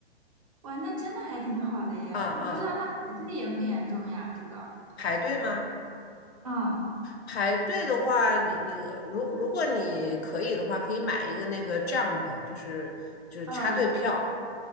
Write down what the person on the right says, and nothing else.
哇，那真的还挺好的耶！
我不知道他排队严不严重呀？这个，
嗯，
呃，